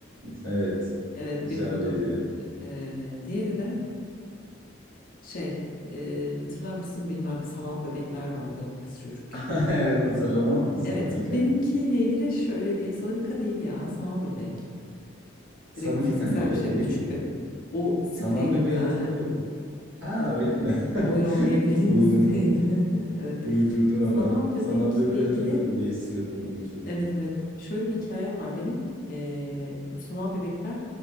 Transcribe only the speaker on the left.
Evet
biri budur.
Ee, diğeri de şey ee, hatırlar mısın bilmem sanal bebekler vardı biz çocukken.
Evet
benimkiyle ilgili şöyle bir sana dikkat değil ya sanal bebek.
Direkt fiziksel
bir şey
bu küçük
bebek. O siteydi
bir tane.
Oyun
oynayabildiğimiz
<laughs> siteydi. <laughs> Evet.
Sanal
bebekle
ilgili
evet evet. Şöyle bir hikayem var benim. Ee, bu sanal bebekler